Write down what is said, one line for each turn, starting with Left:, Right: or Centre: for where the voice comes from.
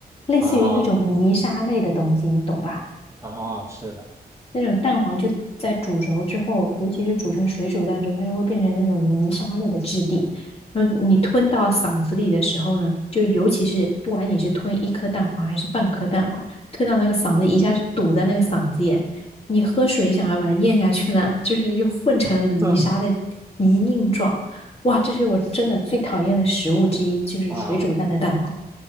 Left: 类似于那种泥沙类的东西，
Right: 啊
Left: 你懂吧？
Right: 啊，是的，
Left: 那种蛋黄就在煮熟之后，尤其是煮成水煮蛋之后，它就会变成那种泥沙类的质地。然后你吞到嗓子里的时候呢，就尤其是不管你是吞一颗蛋黄还是半颗蛋黄，吞到那个嗓子一下就堵在那个嗓子眼，你喝水想要把它咽下去呢，就是又混成了泥沙的泥泞状。
Right: 嗯，
Left: 哇，这是我真的最讨厌的食物之一，就是水煮蛋的蛋黄。
Right: 啊，